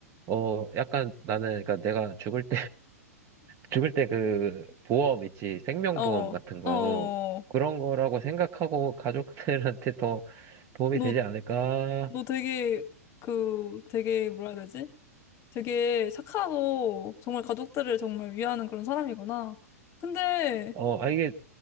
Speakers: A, on the right (about 30°); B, on the left (about 30°).
A: 어 약간 나는 그러니까 내가 죽을 죽을 때 그 보험 있지, 생명보험
B: 어.
A: 같은 거,
B: 어.
A: 그런 거라고 생각하고 가족들한테 더 도움이
B: 너
A: 되지 않을까?
B: 너 되게 그 되게 뭐라 해야 되지? 되게 착하고 정말 가족들을 정말 위하는 그런 사람이구나. 근데,
A: 어, 아, 이게,